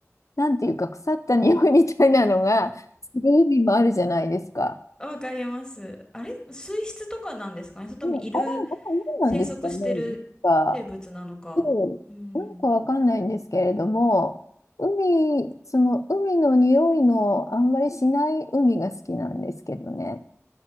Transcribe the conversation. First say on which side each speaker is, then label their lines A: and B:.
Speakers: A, on the left (about 85°); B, on the left (about 15°).
A: なんていうか、腐った匂いみたいなのが、する海もあるじゃないですか。
B: わかります。あれ、水質とかなんですかねそれともいる、
A: うん、あれ、あれ、何なんですかね。
B: 生息してる生物なのか。
A: なんか、うんなんかわかんないんですけれども、
B: うん。
A: 海、その海の匂いのあんまりしない海が好きなんですけどね。